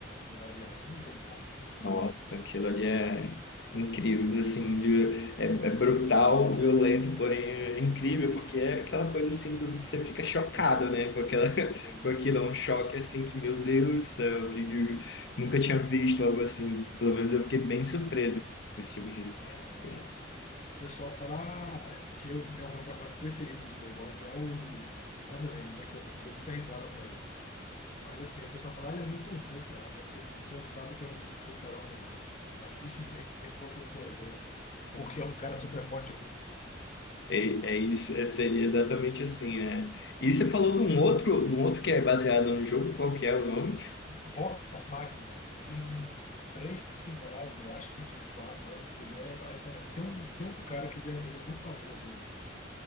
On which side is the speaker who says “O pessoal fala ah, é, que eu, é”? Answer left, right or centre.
Left